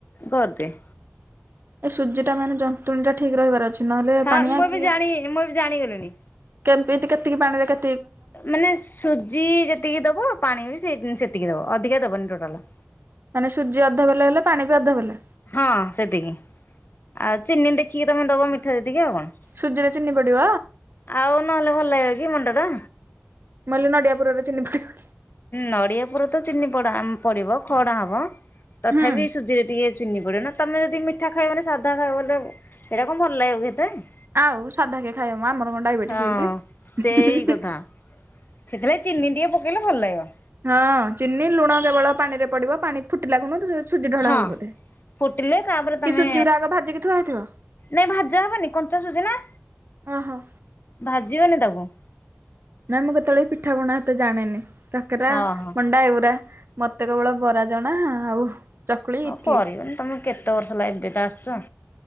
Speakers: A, on the left (about 55°); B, on the right (about 60°).
A: କରିଦିଏ।
B: ଏ ସୁଜିଟା ମାନେ ଯନ୍ତୁଣୀଟା ଠିକ୍ ରହିବାର ଅଛି। ନହେଲେ
A: ହଁ
B: ପାଣିଆ
A: ମୁଁ ଏବେ
B: କି
A: ଜାଣି ମୁଁ ଏବେ ଜାଣିଗଲିଣି।
B: କେମିତି କେତିକି ପାଣିରେ କେ
A: ମାନେ ସୁଜି ଯେତିକି ଦବ ପାଣି ବି ସେତିକି ଦବ। ଅଧିକା ଦବନି ଟୋଟାଲ।
B: ମାନେ ସୁଜି ଅଧ ବେଲେ ହେଲେ ପାଣି ବି ଅଧ ବେଲେ।
A: ହଁ ସେତିକି। ଆଉ ଚିନି ଦେଖିକି ତମେ ଦବ ମିଠା ତିକି ଆଉ କଣ।
B: ସୁଜିରେ ଚିନି ପଡିବ
A: ଆଉ ନହେଲେ ଭଲ ହେଇିବ କି ମଣ୍ଡା ଟା।
B: ମୁଁ କହିଲି ନଡ଼ିଆପୁରରେ ଚିନି ପଡ଼ିବ
A: ନଡିଆ ପୁର ତ ଚିନି ପଡା ପଡିବ ଖଅଡା ହବ। ତଥାପି
B: ହୁଁ
A: ସୁଜିରେ ଟିକେ ଚିନି ପଡେ ନା। ତମେ ଯଦି ମିଠା ଖାଇବନି ସାଧା ଖାଇବ ବଲେ ସେଇଟା କଣ ଭଲ ଲାଗିବ କି ହେତେ।
B: ଆଉ ସାଧା କେ ଖାଇବ ମ ଆମର କଣ ଡାଇବେଟିସ
A: ହଁ
B: ହେଇଛି।
A: ସେଇ କଥା। ସେଥିଲାଗି ଚିନି ଟିକେ ପକେଇଲେ ଭଲ ଲାଗିବ।
B: ହଁ ଚିନି ଲୁଣ କେବଳ ପାଣି ରେ ପଡିବ ପାଣି ଫୁଟିଲା ଖୁଣୁ ସୁଜି ଢଳା
A: ହଁ
B: ହବ ବୋଧେ।
A: ଫୁଟିଲେ ତାପରେ
B: କି
A: ତମେ
B: ସୁଜି ଗୁରା ଆଗ ଭାଜିକି ଥୁଆ ହେଇଥିବ
A: ନାଇଁ ଭାଜା ହବନି କଞ୍ଚା ସୁଜି ନା
B: ଓହୋ।
A: ଭାଜିବନି ତାକୁ।
B: ନା ମୁଁ କେତେବେଳେ ବି ପିଠା ପଣା ହେତେ ଜାଣେନି। କାକରା,
A: ହଁ ହଁ।
B: ମଣ୍ଡା ଏଉରା। ମତେ କେବଳ ବରା ଜଣା। ଆଉ ଚକୁଳି ଇଟଲି
A: ହଁ କରିବନି ତମେ କେତେ ବର୍ଷ ହେଲା ଏବେ ତ ଆସିଛ।